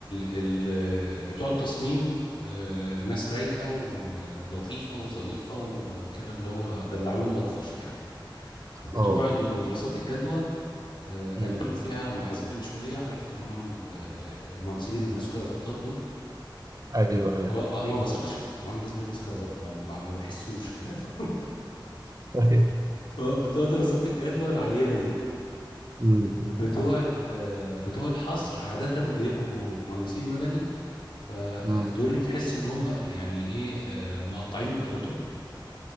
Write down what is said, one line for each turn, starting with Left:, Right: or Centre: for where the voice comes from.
Left: ال بتوع التصميم آه، ناس رايقة ولطيفة وظريفة وكده اللي هو دلعوني لطفش يعني بتوع
Right: اه
Left: الدراسات الجدوى آه،
Right: امم
Left: قلبين فيها محاسبين شوية عارف اللي هم ال- المهندسين اللي بيلبسوا كرافتات دول
Right: ايوه
Left: آه،
Right: ايوه
Left: هو- انا ما بثقش في مهندس بيلبس كرافات ما ما- ما بحسوش كده <laughs>
Right: ايوه
Left: آه، بتوع دراسات الجدوى العينة دي
Right: امم
Left: بتوع ال- بتوع الحصر عادة بيبقوا مهندسين مدني فدول
Right: امم
Left: تحس ان هم يعني ايه آه، مقطعين بطاقتهم